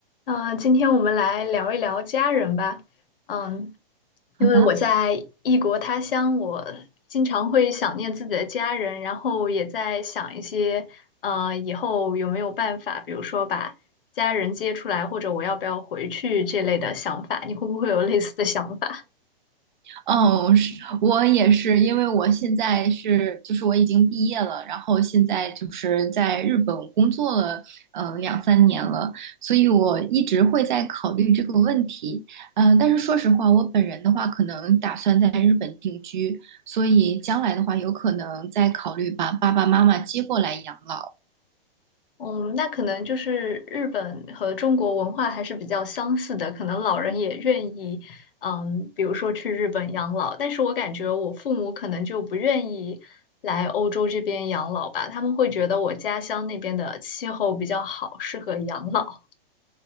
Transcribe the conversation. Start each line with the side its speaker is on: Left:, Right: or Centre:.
Left: 呃，今天我们来聊一聊家人吧。嗯，
Right: 好的，
Left: 因为我在异国他乡，我经常会想念自己的家人，然后也在想一些，呃，以后有没有办法，比如说把家人接出来，或者我要不要回去这类的想法。你会不会有类似的想法？
Right: 嗯，是我也是，因为我现在是，就是我已经毕业了，然后现在就是在日本工作了，呃，两三年了，所以我一直会在考虑这个问题，呃，但是说实话，我本人的话，可能打算在日本定居，所以将来的话，有可能再考虑把爸爸妈妈接过来养老。
Left: 嗯，那可能就是日本和中国文化还是比较相似的，可能老人也愿意，嗯，比如说去日本养老，但是我感觉我父母可能就不愿意来欧洲这边养老吧，他们会觉得我家乡那边的气候比较好，适合养老。